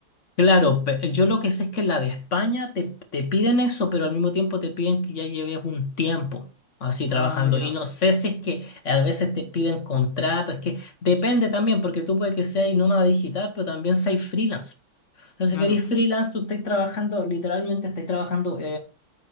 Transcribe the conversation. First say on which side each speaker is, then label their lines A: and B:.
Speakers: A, on the left; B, on the left.
A: Claro, pe- yo lo que sé es que la de España te, te piden eso, pero al mismo tiempo te piden que ya lleves un tiempo así trabajando.
B: Ah, ya,
A: Y no sé si es que a veces te piden contrato, es que depende también, porque tú puedes que seas nómada digital, pero también seas freelance. Entonces,
B: claro,
A: si eres freelance, tú estás trabajando, literalmente estás trabajando